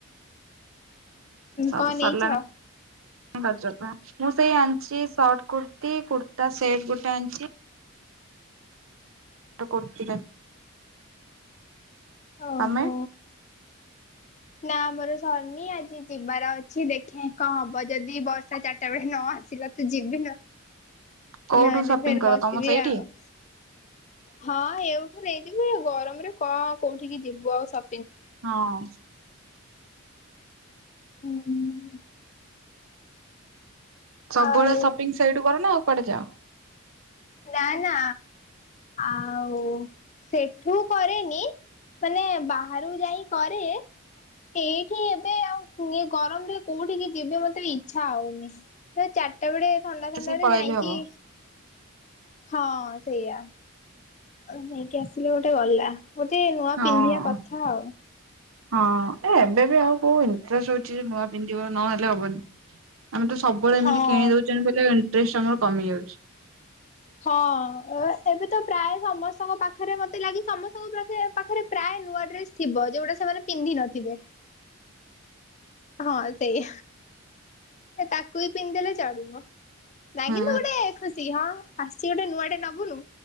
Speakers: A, on the right; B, on the left.
A: ସବୁ
B: କଣ
A: ସରିଲାଣି।
B: ନେଇଛ?
A: <unintelligible> ମୁଁ ସେଇ ଆଣିଚି ସର୍ଟ କୁର୍ତ୍ତି କୁର୍ତ୍ତା ସେଟ୍ ଗୋଟେ ଆଣିଚି। ଏଟା କୁର୍ତି ଟା
B: ଓହୋ।
A: ତମେ?
B: ନା ଆମର ସରିନି। ଆଜି ଯିବାର ଅଛି ଦେଖେ କଣ ହବ ଯଦି ବର୍ଷା ଚା ଟା ବେଳେ ନ ଆସିଲା ତ ଯିବି। ନ
A: କୋଉଠୁ
B: ନହେଲେ
A: ସପିଙ୍ଗ
B: ଫେର୍
A: କର
B: ବସିବି
A: ତମ ସେଇଠି?
B: ଆଉ। ହଁ ଏଉଠୁ ନେଇଯିବୁ। ଏ ଗରମରେ କଣ କୋଉଠିକି ଯିବୁ ଆଉ ସ
A: ହଁ।
B: <unintelligible>
A: ସବୁବେଳେ
B: ଆଉ
A: ସପିଙ୍ଗ ସେଇଠୁ କର ନା ଆଉ କୁଆଡେ ଯାଅ?
B: ନା ନା ଆଉ ସେଠୁ କରେନି। ମାନେ ବାହାରକୁ ଯାଇଁକି କରେ। ଏଇଠି ଏବେ ଆଉ ଇଏ ଗରମରେ କୋଉଠିକି ଯିବି ମତେ ଇଚ୍ଛା ହଉନି। ତ ଚାରିଟା ବେଳେ ଥଣ୍ଡା ଥଣ୍ଡା
A: ଆସିକି ପଳେଇଲେ
B: ରେ ଯାଇକି
A: ହବ।
B: ହଁ ସେଇଆ। ନେଇକି ଆସିଲେ ଗୋଟେ ଗଲା। ଗୋଟେ ନୂଆ
A: ହଁ
B: ପିନ୍ଧିବା କଥା ଆଉ।
A: ହଁ। ଏ ଏବେ ବି ଆଉ କୋଉ ଇଣ୍ଟ୍ରେଷ୍ଟ ହଉଚି ଯେ ନୂଆ ପିନ୍ଧିବ ନହେଲେ ହବନି। ଆମେ ତ ସବୁବେଳେ
B: ହଁ
A: ଏମତି କିଣି ଦଉଚନ୍ତେ ବୋଲେ ଇଣ୍ଟ୍ରେଷ୍ଟ ଆମର କମି ଯାଉଚି।
B: ହଁ। ଏବେ ତ ପ୍ରାୟ ସମସ୍ତଙ୍କ ପାଖରେ ମତେ ଲାଗେ ସମ ସ୍ତଙ୍କ ପାଖରେ ପାଖରେ ପ୍ରାୟ ନୂଆ ଡ୍ରେସ ଥିବ। ଯୋଉଟା ସେମାନେ ପିନ୍ଧି ନଥିବେ। ହଁ ସେଇଆ। ଏ ତାକୁ ବି ପିନ୍ଧିଦେଲେ ଚଳିବ। ନାଇଁ
A: ହୁଁ
B: କିନ୍ତୁ ଗୋଟେ ଖୁସି। ହଁ ଆସିଚି ଗୋଟେ ନୂଆଟେ ନବୁନୁ